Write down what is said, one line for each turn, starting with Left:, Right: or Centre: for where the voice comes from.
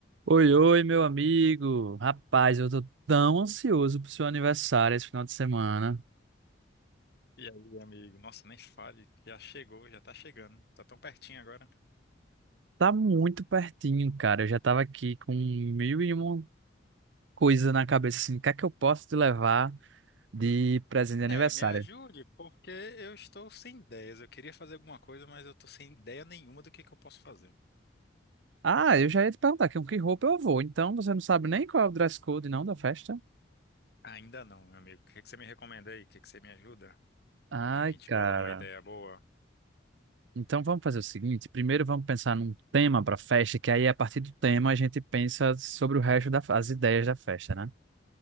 Right: Oi, oi, meu amigo. Rapaz, eu tô tão ansioso pro seu aniversário esse final de semana.
Left: E aí, amigo? Nossa, nem fale, já chegou, já tá chegando, tá tão pertinho agora.
Right: Tá muito pertinho, cara. Eu já tava aqui com mil e uma coisa na cabeça, assim, o que é que eu posso te levar de presente de aniversário?
Left: É, me ajude, porque eu estou sem ideias. Eu queria fazer alguma coisa, mas eu tô sem ideia nenhuma do que que eu posso fazer.
Right: Ah, eu já ia te perguntar com que roupa eu vou. Então, você não sabe nem qual é o dress code, não, da festa?
Left: Ainda não, meu amigo. O que que você me recomenda aí? O que que você me ajuda?
Right: Ai,
Left: A gente
Right: cara.
Left: bolar uma ideia boa.
Right: Então vamos fazer o seguinte, primeiro vamos pensar num tema pra festa, que aí a partir do tema a gente pensa sobre o resto das ideias da festa, né?